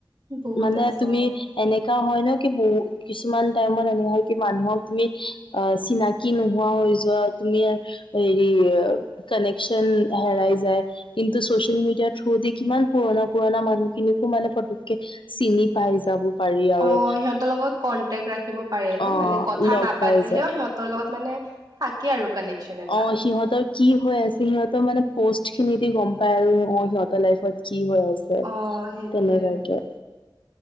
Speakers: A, on the right; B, on the left.
A: বহুত
B: মানে
A: আছে
B: তুমি
A: অ
B: এনেকা হয় ন বহুত কিছুমান টাইমত এনেকা হয় কি মানুহক তুমি অ চিনাকি নোহোৱা হৈ যোৱা তুমি ই হেৰি কানেকচন হেৰাই যায়। কিন্তু চচিয়েল মিডিয়াৰ থ্ৰু দি কিমান পুৰণা পুৰণা মানুহখিনিকো মানে ফটককে চিনি পাই যাব। পাৰি আৰু
A: অ সিহঁতৰ লগত কন্টেক ৰাখিব পাৰে ন
B: অ
A: মানে কথা
B: লগ
A: নাপাতিলেও
B: পাই যায়
A: সিহঁতৰ লগত মানে থাকে আৰু কানেকচন এটা।
B: অ সিহঁতৰ কি হৈ আছে সিহঁতৰ মানে পষ্ট খিনি দি গম পায় আৰু সিহঁতৰ লাইফত কি হৈ আছে
A: অ সেইটোয়ে
B: তেনেকুৱাকে।